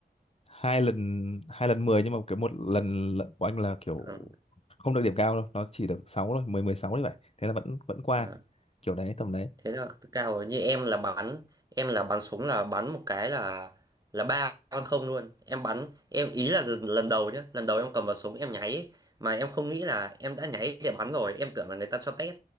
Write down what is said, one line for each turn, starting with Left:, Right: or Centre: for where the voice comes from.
Left: hai lần hai lần mười nhưng mà cái một lần lận của anh là kiểu
Right: ừ.
Left: không được điểm cao đâu nó chỉ được sáu thôi mười mười sáu như vậy thế là vẫn vẫn qua
Right: à.
Left: kiểu đấy tầm đấy
Right: thế là cao rồi như em là bắn em là bắn súng là bắn một cái là là ba con không luôn em bắn em ý là lần lần đầu nhá lần đầu em cầm vào súng em nháy ấy. mà em không nghĩ là em đã nháy để bắn rồi em tưởng là người ta cho test